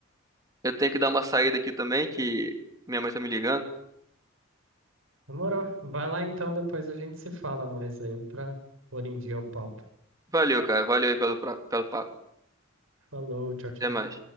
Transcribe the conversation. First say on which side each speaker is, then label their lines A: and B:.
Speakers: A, on the right; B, on the right.
A: eu tenho que dar uma saída aqui também, que minha mãe tá me ligando.
B: Demorou. Vai lá então, depois a gente se fala mais aí pra pôr em dia o papo.
A: Valeu, cara. Valeu aí pelo, pra- pelo papo.
B: Falou, tchau, tchau.
A: Até mais.